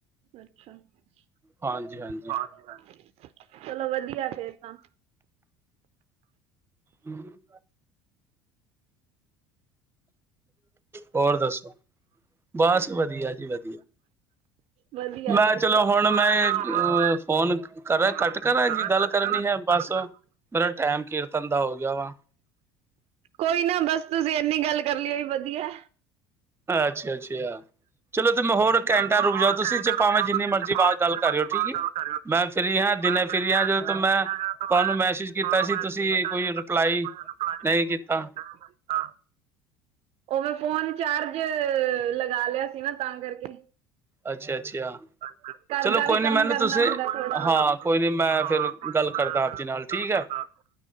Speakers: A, on the right; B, on the right.
A: ਅੱਛਾ, <unintelligible>
B: ਹਾਂਜੀ ਹਾਂਜੀ
A: ਚਲੋ ਵਧੀਆ ਫੇਰ ਤਾਂ।
B: ਹੂੰ ਹੋਰ ਦੱਸੋ, ਬਸ ਵਧੀਆ ਜੀ, ਵਧੀਆ।
A: ਵਧੀਆ
B: ਮੈਂ
A: ਬਸ
B: ਚਲੋ
A: ਸਭ
B: ਹੁਣ ਮੈਂ,
A: ਚਲੋ
B: ਅ
A: ਹੁਣ
B: ਫੋਨ ਕਰਾਂ
A: ਮੈਂ
B: ਕੱਟ ਕਰਾਂ, ਕੀ ਗੱਲ
A: ਕੱਟ
B: ਕਰਨੀ
A: ਕਰਾਂ
B: ਐ, ਬਸ ਮੇਰਾ ਟੈਮ ਕੀਰਤਨ ਦਾ ਹੋ ਗਿਆ ਵਾ।
A: ਕੋਈ ਨਾ ਬਸ, ਤੁਸੀਂ ਐਨੀ ਗੱਲ ਕਰ ਲੀ ਓਹੀ ਵਧੀਆ।
B: ਅੱਛਾ- ਅੱਛਾ, ਚਲੋ ਤੁ ਹੋਰ ਘੰਟਾ
A: ਤੁਸੀਂ ਹੋਰ
B: ਰੁਕ ਜਾਓ, ਤੁਸੀਂ
A: ਘੰਟਾ
B: ਚ
A: ਰੁਕ
B: ਭਾਵੇਂ
A: ਜਾਓ
B: ਜਿੰਨੀ
A: ਤੁਸੀਂ
B: ਮਰਜ਼ੀ
A: ਤੇ ਭਾਵੇਂ
B: ਬਾਹਰ
A: ਜਿੰਨੇ
B: ਗੱਲ ਕਰਿਓ
A: ਮਰਜ਼ੀ
B: ਠੀਕ
A: ਬਾਅਦ
B: ਈ,
A: ਗੱਲ ਕਰਿਓ
B: ਮੈਂ ਫਰੀ ਹਾਂ, ਦਿਨੇ
A: ਮੈਂ ਫਿਰ
B: ਫਰੀ ਹਾਂ,
A: ਨਾ
B: ਜਦੋਂ
A: ਦਿਨੇ
B: ਤੋਂ ਮੈਂ
A: ਸੁਣਿਆ
B: ਤੁਹਾਨੂੰ
A: ਗਿਆ ਤਾਂ ਮੈਂ
B: ਮੈਸੇਜ ਕੀਤਾ
A: ਤੁਹਾਨੂੰ
B: ਸੀ,
A: ਮੈਸੇਜ
B: ਤੁਸੀਂ
A: ਕੀਤਾ
B: ਕੋਈ
A: ਸੀ ਤੁਸੀਂ
B: ਰਿਪਲਾਈ
A: ਕੋਈ ਰਿਪਲਾਈ
B: ਨਹੀਂ ਕੀਤਾ।
A: ਨਹੀਂ ਕੀਤਾ ਉਹ ਮੈਂ ਫੋਨ ਚਾਰਜ ਲਗਾ ਲਿਆ ਸੀ ਨਾ, ਤਾਂ ਕਰਕੇ।
B: ਅੱਛਾ- ਅੱਛਾ,
A: ਅੱਛਾ ਘਰ
B: ਚਲੋ
A: ਦਾ ਵੀ
B: ਕੋਈ ਨਹੀਂ
A: ਕੰਮ
B: ਮੈਨੂੰ
A: ਕਰਨਾ
B: ਤੁਸੀਂ,
A: ਹੁੰਦਾ ਥੋੜਾ ਬਹੁਤ
B: ਹਾਂ
A: ਬਹੁਤ
B: ਕੋਈ ਨੀ ਮੈਂ
A: ਹਾਂ
B: ਫੇਰ
A: ਕੋਈ ਨਾ
B: ਗੱਲ ਕਰਦਾ
A: ਮੈਂ
B: ਆਪ
A: ਫਿਰ
B: ਜੀ ਨਾਲ, ਠੀਕ
A: ਗੱਲ
B: ਐ।
A: ਕਰਦਾ